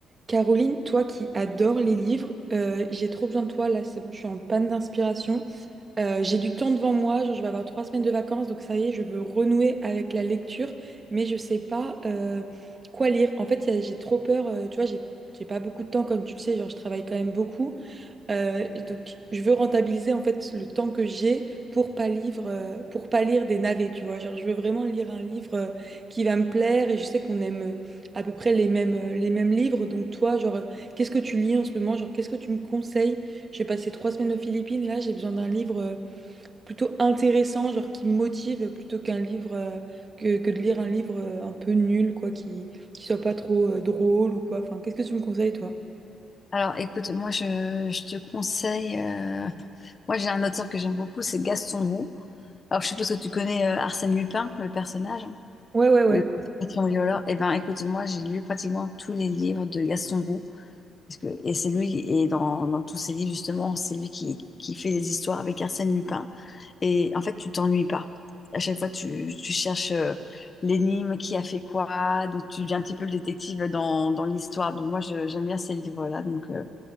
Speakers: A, on the right (about 30°); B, on the left (about 35°).
A: Caroline, toi qui adores les livres, euh, j'ai trop besoin de toi là, c'est bon, je suis en panne d'inspiration. Euh, j'ai du temps devant moi, genre je vais avoir trois semaines de vacances, donc ça y est, je veux renouer avec la lecture, mais je sais pas euh, quoi lire. En fait, y a- j'ai trop peur, euh, tu vois, j'ai j'ai pas beaucoup de temps comme tu le sais, genre je travaille quand même beaucoup, euh, donc, je veux rentabiliser en fait le temps que j'ai pour pas lire, euh, pour pas lire des navets, tu vois. Genre, je veux vraiment lire un livre euh, qui va me plaire et je sais qu'on aime euh, à peu près les mêmes, euh, les mêmes livres. Donc, toi, genre, euh, qu'est-ce que tu lis en ce moment? Genre, qu'est-ce que tu me conseilles? Je vais passer trois semaines aux Philippines. Là, j'ai besoin d'un livre euh, plutôt intéressant, genre qui me motive plutôt qu'un livre euh, que, que de lire un livre euh, un peu nul, quoi, qui, qui soit pas trop euh, drôle ou quoi. Enfin, qu'est-ce que tu me conseilles, toi?
B: Alors, écoute, moi, je, je te conseille. euh, Moi, j'ai un auteur que j'aime beaucoup, c'est Gaston Roux. Alors, je suppose que tu connais euh, Arsène Lupin, le personnage, hein,
A: Ouais, ouais, ouais.
B: le patron violeur. Eh ben, écoute, moi, j'ai lu pratiquement tous les livres de Gaston Roux. Parce que, et c'est lui, et dans, dans tous ses livres, justement, c'est lui qui, qui fait les histoires avec Arsène Lupin. Et en fait, tu t'ennuies pas. À chaque fois, tu, tu cherches euh, l'énigme, qui a fait quoi. Donc, tu deviens un petit peu le détective dans, dans l'histoire. Donc, moi, je- j'aime bien ces livres-là. Donc, euh,